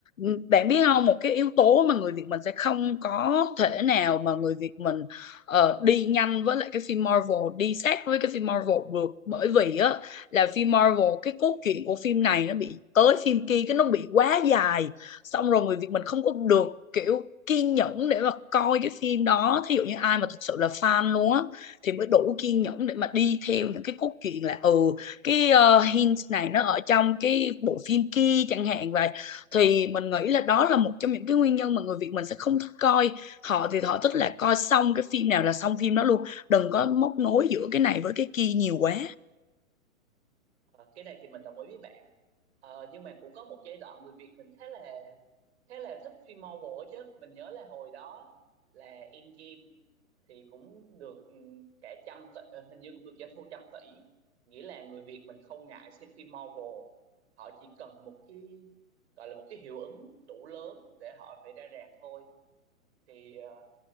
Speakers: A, on the left (about 65°); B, on the right (about 50°).
A: ừ, bạn biết không một cái yếu tố mà người Việt mình sẽ không có thể nào mà người Việt mình ờ, đi nhanh với lại cái phim Marvel đi sát với cái phim Marvel được bởi vì á là phim Marvel cái cốt truyện của phim này nó bị tới phim kia cái nó bị quá dài xong rồi người Việt mình không có được kiểu kiên nhẫn để mà coi cái phim đó thí dụ như ai mà thực sự là fan luôn á thì mới đủ kiên nhẫn để mà đi theo những cái cốt truyện là ừ cái ờ, hint này nó ở trong cái bộ phim kia chẳng hạn vậy thì mình nghĩ là đó là một trong những cái nguyên nhân mà người Việt mình sẽ không thích coi họ thì họ thích là coi xong cái phim nào là xong phim đó luôn đừng có móc nối giữa cái này với cái kia nhiều quá
B: Ờ, cái này thì mình đồng ý với bạn Ờ, nhưng mà cũng có một giai đoạn người Việt mình khá là khá là thích phim Marvel ấy chứ mình nhớ là hồi đó là Endgame thì cũng được ừm, cả trăm tỷ ờ, hình như cũng được doanh thu trăm tỷ nghĩa là người Việt mình không ngại xem phim Marvel họ chỉ cần một cái gọi là một cái hiệu ứng đủ lớn để họ phải ra rạp thôi thì ờ,